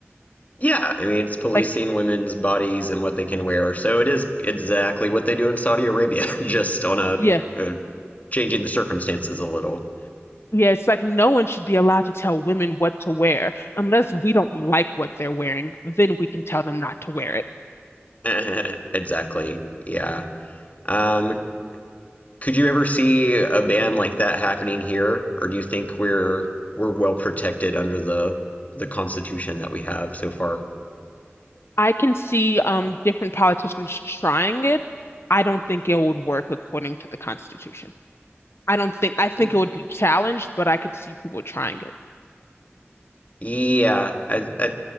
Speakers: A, on the left; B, on the left.
A: Yeah, I mean it's policing
B: Like
A: women's bodies and what they can wear. So it is exactly what they do in Saudi Arabia, <laughs> just on a,
B: Yeah.
A: a changing the circumstances a little.
B: Yeah, it's like no one should be allowed to tell women what to wear unless we don't like what they're wearing, then we can tell them not to wear it.
A: <laughs> exactly. Yeah. Um, Could you ever see a ban like that happening here, or do you think we're we're well protected under the the Constitution that we have so far?
B: I can see um different politicians trying it. I don't think it would work according to the Constitution. I don't think I think
A: Y-
B: it would be challenged, but I could see people trying it.
A: Yeah, I, I